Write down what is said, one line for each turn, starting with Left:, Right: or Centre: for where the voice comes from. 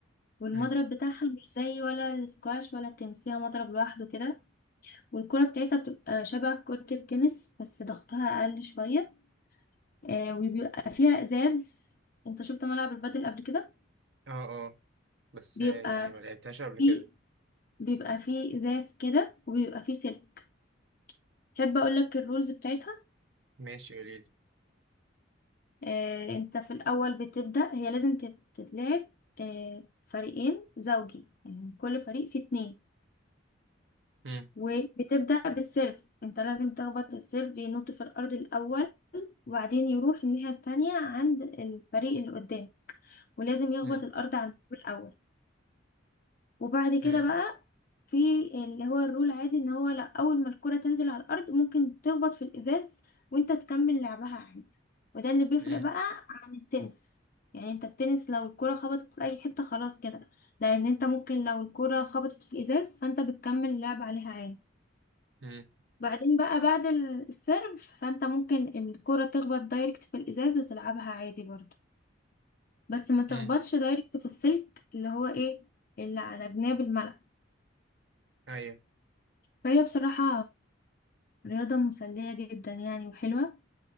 Left: والمضرب
Right: مم.
Left: بتاعها مش زي ولا السكواش ولا التنس ليها مضرب لوحده كده والكرة بتاعتها بتبقى شبه كرة التنس بس ضغطها أقل شوية آه وبيبقى فيها ازاز انت شفت ملعب البادل قبل كده
Right: اه اه بس
Left: بيبقى
Right: آه، يعني ما لعبتهاش قبل
Left: فيه
Right: كده
Left: بيبقى فيه ازاز كده وبيبقى فيه سلك تحب اقول لك الرولز بتاعتها
Right: ماشي قوليلي
Left: آه انت في الاول بتبدأ هي لازم تت- تتلعب آه فريقين زوجي يعني كل فريق فيه اتنين
Right: مم.
Left: وبتبدأ بالسيرف انت لازم تخبط السيرف ينط في الارض الاول وبعدين يروح الناحية التانية عند الفريق اللي قدام ولازم يخبط
Right: مم.
Left: الارض عند الأول وبعد كده
Right: مم.
Left: بقى في اللي هو الرول عادي ان هو لا اول ما الكرة تنزل على الارض ممكن تخبط في الازاز وانت تكمل لعبها عادي وده اللي بيفرق
Right: مم.
Left: بقى عن التنس يعني انت التنس لو الكرة خبطت في اي حتة خلاص كده لان انت ممكن لو الكرة خبطت في الازاز فانت بتكمل اللعب عليها عادي
Right: مم.
Left: بعدين بقى بعد ال- السيرف فانت ممكن الكرة تخبط دايركت في الازاز وتلعبها عادي برضه بس ما تخبطش
Right: مم.
Left: دايركت في السلك اللي هو ايه اللي على جناب الملعب
Right: ايوه
Left: فهي بصراحة رياضة مسلية جدا يعني وحلوة